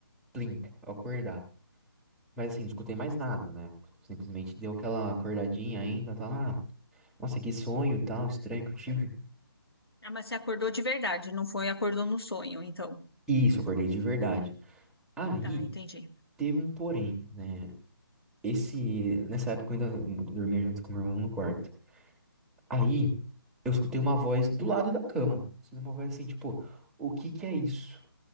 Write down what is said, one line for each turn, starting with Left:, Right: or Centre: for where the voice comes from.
Centre: plim, eu acordar. Mas assim, não escutei mais nada, né? Simplesmente deu aquela acordadinha ainda, tá lá. Nossa, que sonho e tal, estranho que eu tive.
Left: Ah, mas você acordou de verdade, não foi acordou no sonho, então.
Centre: E Isso, acordei de verdade. Aí.
Left: Tá, entendi.
Centre: Teve um porém, né? Esse, nessa época eu ainda dormia junto com meu irmão no quarto. Aí eu escutei uma voz do lado da cama. Eu Escutei uma voz assim, tipo, o que que é isso?